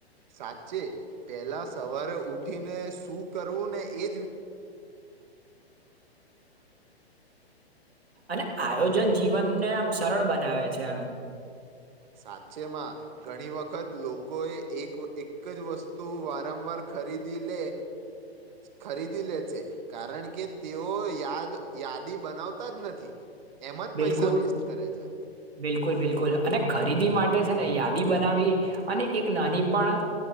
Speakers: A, on the right; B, on the right.
A: સાચે પેલા સવારે ઉ ઠી ને શું કરવું ને એ
B: અને આયોજન જીવનને આમ સરળ બનાવે છે આમ.
A: સાચેમાં ઘણી વખત લોકોએ એક એક જ વસ્તુ વારંવાર ખરીદી લે ખરીદી લે છે કારણ કે તેઓ યાદ યાદી બનાવતાજ નથી. એમાં જ
B: બિલકુલ
A: પૈસા વેસ્ટ કરે છે.
B: બિલકુલ બિલકુલ અને ખરીદી માટે છે ને યાદી બનાવી અને એક નાની પણ